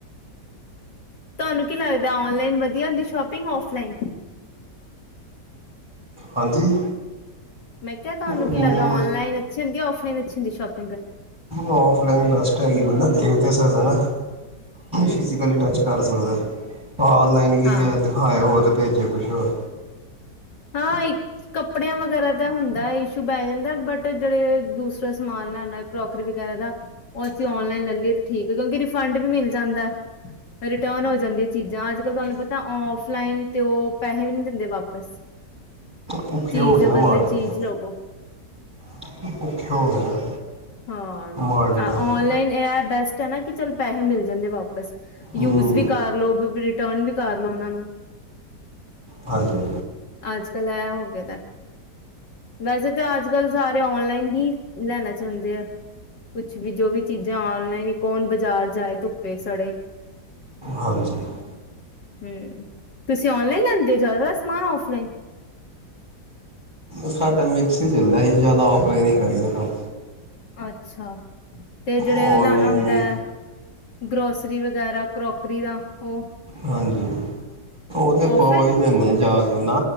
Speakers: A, on the left; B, in the centre.
A: ਤੁਹਾਨੂੰ ਕੀ ਲੱਗਦਾ, ਔਨਲਾਈਨ ਵਧੀਆ ਹੁੰਦੀ ਸ਼ੋਪਿੰਗ, ਆਫਲਾਈਨ
B: ਹਾਂਜੀ।
A: ਮੈਂ ਕਿਹਾ, ਤੁਹਾਨੂੰ
B: ਹਾਂਜੀ
A: ਕੀ ਲੱਗਦਾ ਔਨਲਾਈਨ ਅੱਛੀ ਹੁੰਦੀ ਆਫ ਨ ਚ ਸ਼ੋਪ
B: ਔਫਲਾਈਨ ਬੈਸਟ ਹੈਗੀ ਬੰਦਾ ਦੇਖ ਅਤੇ ਸਰਦਾ ਨਾ
A: ਹੂੰ
B: ਫਿਜੀਕਲੀ ਟਚ ਕਰ ਸਕ ਹੋਰ ਔਨਲਾਈਨ ਕੀ
A: ਹਾਂ
B: ਹੈ, ਦਿਖਾਏ ਹੋ ਤੇ, ਭੇਜੇ ਕੁਛ ਹ
A: ਹਾਂ, ਕੱਪੜਿਆਂ ਵਗੈਰਾ ਦਾ ਹੁੰਦਾ ਇਸ਼ੂ ਪੈ ਜਾਂਦਾ, ਬਟ ਜਿਹੜੇ ਦੂਸਰਾ ਸਮਾਨ ਲੈਣਾ ਕਰੋਕਰੀ ਵਗੈਰਾ ਦਾ ਉਹ ਅਸੀਂ ਔਨਲਾਈਨ ਲੈ ਲਈਏ ਤੇ ਠੀਕ ਆ, ਕਿਉਂਕਿ ਰਿਫੰਡ ਵੀ ਮਿਲ ਜਾਂਦਾ ਰਿਟਰਨ ਹੋ ਜਾਂਦੀ ਹੈ ਚੀਜ਼ਾਂ, ਅੱਜ ਕਲ ਤੁਹਾਨੂੰ ਪਤਾ ਔਫਲਾਈਨ ਤੇ ਉਹ ਪੈਸੇ ਵੀ ਦਿੰਦੇ ਵਾਪਸ
B: ਭੁੱਖੇ
A: ਚੀਜ਼
B: ਹੋ ਗਏ
A: ਹੈ,
B: ਨਾ
A: ਬਦਲੇ
B: ਮਾਰਕੀਟ
A: ਚੀਜ਼
B: ਦੇ
A: ਲਵੋ।
B: <unintelligible>
A: ਹਾਂ
B: ਮਾਰਕੀਟ
A: ਔਨਲਾਈਨ
B: ਵਾਲੇ
A: ਇਹ ਬਸ ਨਾ ਕਿ ਚੱਲ ਪੈਸੇ ਮਿਲਦੇ ਜਾਂਦੇ ਵਾਪਸ
B: ਹੂੰ
A: ਯੂਜ ਵੀ ਕਰਲ ਰਿਟਰਨ ਵੀ ਕਰ ਲੌ ਉਹਨਾਂ ਨੂੰ
B: ਹਾਂਜੀ
A: ਅੱਜ ਕੱਲ ਐ ਹੋ ਗ ਤਾਂ ਵੈਸੇ ਤਾਂ ਅੱਜ ਕੱਲ ਸਾਰੇ ਔਨਲਾਈਨ ਹੀ ਲੈਣਾ ਚਾਹੁੰਦੇ ਆ ਕੁ ਕੁਛ ਵੀ ਜੋ ਵੀ ਚੀਜ਼ਾਂ ਔਨਲਾਈਨ ਕੌਣ ਬਾਜ਼ਾਰ ਜਾਏ ਧੁੱਪੇ ਸੜੇ
B: ਹਾਂਜੀ
A: ਹਮ ਤੁਸੀਂ ਔਨਲਾਈ ਲੈਂਦੇ ਹੋ ਜ਼ਿਆਦਾ ਔਫਲਾਈਨ
B: ਸਾਡਾ ਮਿਕਸ ਹੀ ਚੱਲਦਾ ਸੀ ਜ਼ਿਆਦਾ ਆਫਲਾਈਨ ਹੀ ਕਰੀਦਾ ਕੰਮ
A: ਅੱਛਾ ਤੇ ਜਿਹੜੇ
B: ਔਨਲਾਈਨ
A: ਰਿਆਣਾ ਹੁੰਦਾ ਹੈ ਗਰੋਸਰੀ ਵਗੈਰਾ ਕਰੋਕਰੀ ਦਾ ਉਹ
B: ਹਾਂਜੀ ਉਹ ਤੇ
A: ਔਫਲਾਈਨ
B: ਪਓ ਹੀ ਲੈਂਦੇ ਆ ਜਾ ਕੇ ਨਾ